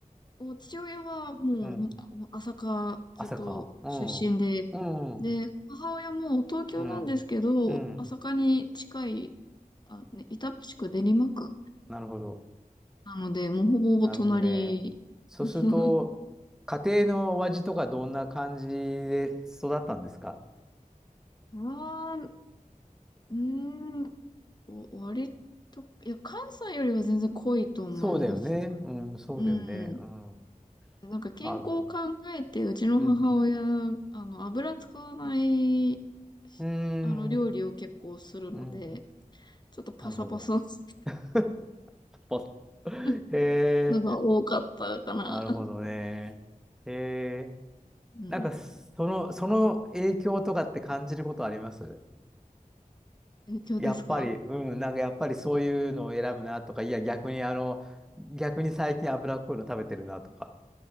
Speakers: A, on the left (about 30°); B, in the centre.
A: お父親はもうほんと朝霞ずっと出身で、
B: うん。うん。朝か。うん。うん。
A: で、母親も東京なんですけど、
B: うん。うん。
A: 朝霞に近い、あ、ね、板橋区練馬区
B: なるほど。
A: なので、もうほぼほぼ隣。
B: なるほどね。そうすると、
A: <laughs>
B: 家庭のお味とかどんな感じで育ったんですか
A: は、うーん、お割と、いや、関西よりは全然濃いと思いますね。
B: そうだよね。うん、そうだよね。
A: うん。
B: うん。
A: なんか健康を考えて、
B: なるほど。
A: うちの母親、
B: うん。
A: あの、油使わない、
B: うーん。
A: あの、料理を結構するので、
B: うん。
A: ちょっとパサパサす
B: なるほど。<laughs> ポッへ
A: るのが多かったかな。
B: え、なるほどね。へえ、
A: うん。
B: なんか、その、その影響とかって感じることあります
A: 影響ですか
B: やっぱり、うん、なんかやっぱりそういうのを選ぶなとか、いや、逆にあの、逆に最近脂っこいの食べてるなとか。